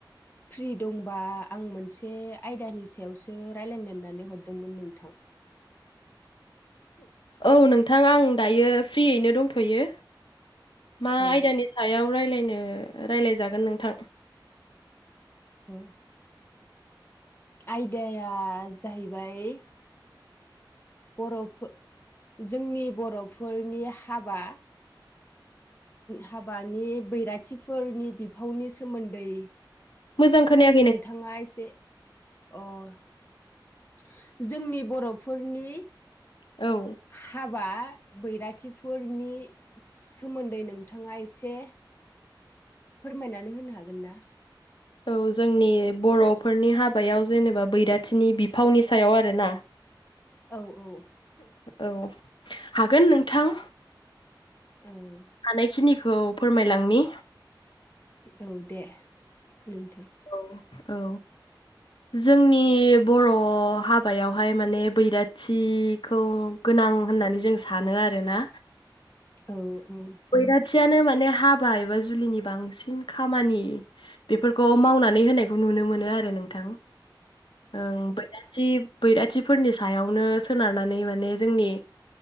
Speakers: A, on the left; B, on the left.
A: फ्रि दंबा आं मोनसे आयदानि सायावसो रायजलायलायनानै हरदोंमोन नोंथां।
B: औ नोंथां आं दायो फ्रियैनो दंथ'यो। मा
A: ओ
B: आयदानि सायाव रायलायनो रायलायजागोन नोंथां।
A: अह आयदाया जाहैबाय बर'फो जोंनि बर'फोरनि हाबा हाबानि बैराथिफोरनि बिफावनि सोमोन्दै
B: मोजां खोनाया
A: नोंथाङा एसे अह जोंनि बर'फोरनि
B: औ
A: हाबा बैराथिफोरनि सोमोन्दै नोंथाङा एसे फोरमायनानै होनो हागोन ना?
B: औ जोंनि बर'फोरनि हाबायाव जेनेबा बैराथिनि बिफावनि सायाव आरोना
A: औ औ
B: औ हागोन नोंथां‌
A: ओं
B: हानायखिनिखौ फोरमायलांनि।
A: औ दे नोंथां
B: औ औ
A: <unintelligible>
B: जोंनि बर' हाबायावहाय माने बैराथिखौ गोनां होननानै जों सानो आरो ना।
A: औ औ
B: बैराथियानो माने हाबा एबा जुलिनि बांसिन खामानि बेफोरखौ मावनानै होनायखौ नुनो मोनो आरो नोंथां ओ जि बैराथिफोरनि सायावनो सोनारनानै माने जोंनि